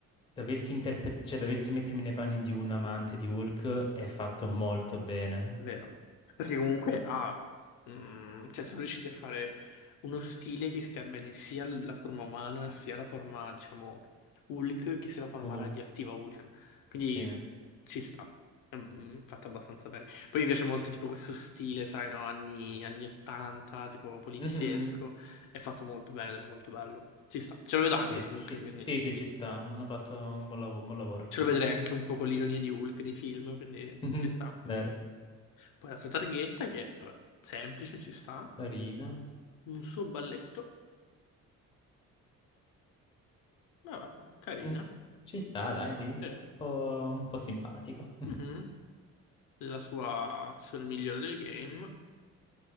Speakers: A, on the left; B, on the left.
A: dovessi, interpre- cioè, dovessi mettermi nei panni di un amante di Hulk, è fatto molto bene.
B: Vero. Perché comunque ha, mm, cioè sono riusciti a fare uno stile che stia bene sia la forma umana, sia la forma, diciamo, Hulk, che sia la forma
A: Hulk,
B: radioattiva Hulk. Quindi
A: sì.
B: ci sta. Mm, fatto abbastanza bene. Poi mi piace molto tipo questo stile, sai, no? Anni, anni 80, tipo poliziesco.
A: Mhm,
B: È fatto molto bene, ed è molto bello. Ci sta. Ce lo vedo
A: Sì,
B: anche su
A: ci-
B: Hulk, quindi
A: sì, sì, ci sta, hanno fatto un buon lav- un buon lavoro,
B: ce
A: qui.
B: lo vedrei anche un po' con l'ironia di Hulk nei film, quindi
A: Mhm,
B: ci sta.
A: Vero,
B: Poi la sua targhetta che, vabbè, semplice, ci sta.
A: carino.
B: Un suo balletto, vabbè, carina,
A: Mm, Ci sta,
B: ci
A: dai,
B: sta,
A: sì. Un
B: sì.
A: po', un po' simpatico. <laughs>
B: Mhm. La sua azione migliore del game.